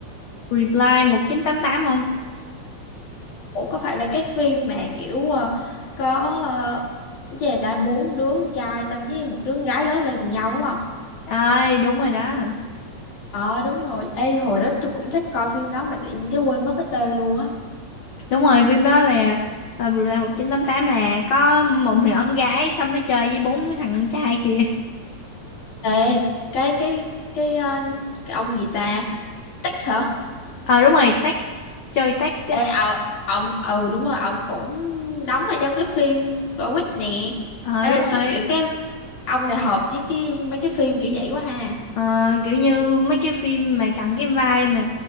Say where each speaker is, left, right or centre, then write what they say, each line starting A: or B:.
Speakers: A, on the left (about 65°); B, on the left (about 85°).
A: Reply một chín tám tám không
B: ủa có phải là cái phim mà kiểu ờ, có ờ, cái gì ta bốn đứa con trai xong với một đứa con gái lớn lên cùng nhau đúng không
A: ơi đúng rồi đó
B: Ờ đúng rồi. Ê hồi đó tôi cũng thích coi phim đó mà tự nhiên cái quên mất cái tên luôn á.
A: đúng rồi phim đó là ờ, Reply một chín tám tám, là có một <laughs> nhỏ con gái xong nó chơi với bốn cái thằng con trai kia
B: Ê cái cái cái ờ, cái ông gì ta? Tích hả?
A: Ờ đúng rồi, tách chơi tách á.
B: Ê ờ, ông ừ đúng rồi, ông cũng đóng ở trong cái phim của Quýt nè.
A: Ờ
B: Ê
A: đúng
B: ki-
A: rồi.
B: kiểu cái ông này hợp với cái mấy cái phim kiểu vậy quá ha.
A: Ờ, kiểu như mấy cái phim mà cặn cái vai mà